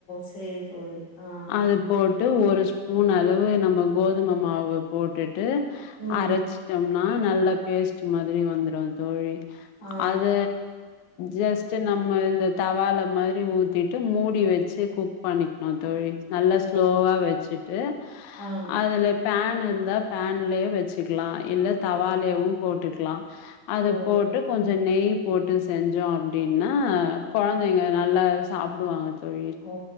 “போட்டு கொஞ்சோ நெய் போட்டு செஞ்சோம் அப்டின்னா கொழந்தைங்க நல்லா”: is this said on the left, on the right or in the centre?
Left